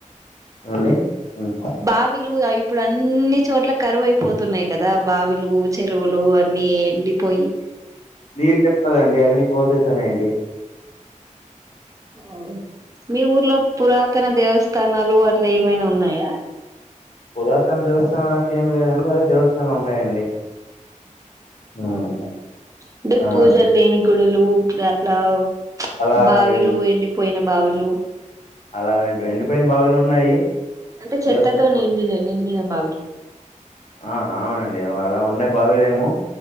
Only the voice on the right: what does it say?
బావిలు అయి ఇప్పుడు అన్ని చోట్ల కరువుయిపోతున్నాయి కదా. బావి లు, చెరువులు, అన్ని ఎండి పోయి.
ఆగు. మీ ఊర్లో పురాత్ నూతన దేవస్థానాలు అట్లా ఏమైనా ఉన్నాయా?
ఉమ్ అంటే
పూజలు లేని. గుడులు లవ్,
బావిలు ఎండి పో పోయిన బావిలు
అంటే, చెత్తతో
నిండిన నిం నీళ్ల బావిరు.